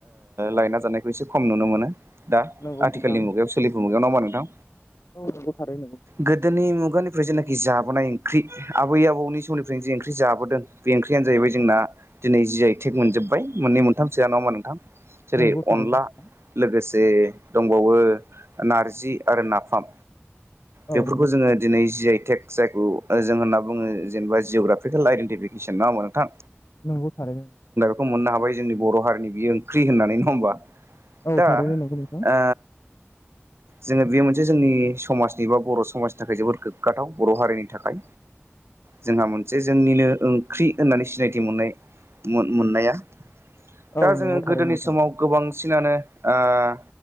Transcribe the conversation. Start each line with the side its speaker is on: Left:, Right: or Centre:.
Right: लायना जानायखौ एसे खम नुनो मोनो दा
Left: नंगौ
Right: आथिखालनि
Left: नोंथां
Right: मुगायाव सोलिफु मुगायाव नामा नोंथां
Left: औ नंगौ थारैनो नंगौ
Right: गोदोनि मुगानिफ्राय जेनाखि जाबोनाय ओंख्रि आबै आबौनि समनिफ्रायनो जे ओंख्रि जाबोदों बे ओंख्रियानो जाहैबाय जोंना दिनै जि आइ टेग मोनजोबबाय मोननै मोनथामसोआ नङाोमा नोंथां जेरै
Left: नंगौ थारैनो
Right: अनला
Left: नोंथां
Right: लोगोसे जे दंबावो नारजि आरो नाफाम
Left: औ
Right: बेफोरखौ
Left: नंगौ
Right: जोङो दिनै जि आइ टेक जायखौ जों होनना बुङो जिअ ग्राफिकेल आइडेन्टिफिकेसन ना होनोमबा नोंथां
Left: नंगौ थारैनो
Right: खौ मोननो हाबाय जोंनि बर' हारिनि बियो ओंख्रि होननानै नङा होमबा
Left: औ
Right: दा
Left: थारैनो नंगौ नोंथां
Right: ओ जोङो बेयो मोनसे जोंनि समाजनि बा बर' समाजनि थाखाय जोबोद गोग्गाथाव बर' हारिनि थाखाय जोंहा मोनसे जोंनिनो ओंख्रि होननानै सिनायथि मोननाय मोननाया
Left: औ
Right: दा जोङो
Left: नंगौ थारैनो
Right: गोदोनि
Left: नोंथां
Right: समाव गोबांसिनानो ओह